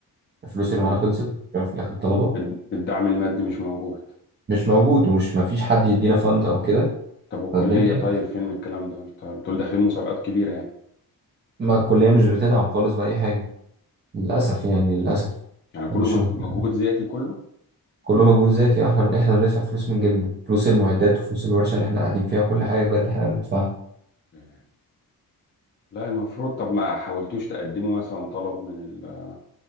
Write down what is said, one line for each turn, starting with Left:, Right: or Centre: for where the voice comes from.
Right: الفلوس
Left: مم.
Right: اللي معانا خلصت في الاخر الطلبه
Left: الد- الدعم المادي مش موجود
Right: مش موجود ومش مفيش حد يدينا فند او كده
Left: طب والكليه
Right: فالدنيا
Left: طيب فين من الكلام ده انت بتقول داخلين مسابقات كبيره يعني
Right: ما الكليه مش بتدعم خالص باي حاجه للاسف يعني للاسف
Left: يعني كله
Right: مش
Left: مج-
Right: ممكن
Left: مجهود ذاتي كله
Right: كله مجهود ذاتي آه، احنا احنا بندفع فلوس من جيبنا فلوس المعدات وفلوس الورشه اللي احنا قاعدين فيها وكل حاجه بجد احنا بندفعها
Left: لا لا. لا، المفروض طب ما حاولتوش تقدموا مثلا طلب من ال-